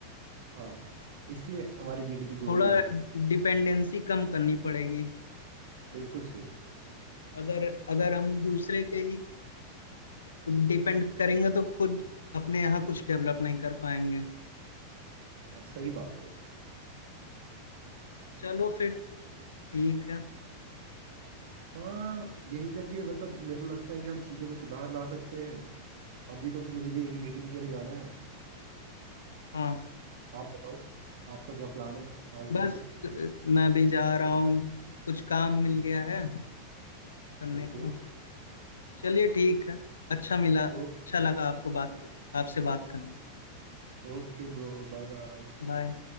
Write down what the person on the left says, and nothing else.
थोड़ा
डिपेंडेंसी कम करनी पड़ेगी
अगर अगर हम दूसरे के ही डिपेंड करेंगे तो खुद अपने यहाँ कुछ डेवलप नहीं कर पाएंगे
चलो फिर ठीक है
हाँ
बस
अ, मैं भी जा रहा हूँ कुछ काम मिल गया है करने
को चलिए ठीक है अच्छा मिला अच्छा
लगा आपको बात आपसे बात करने
बाय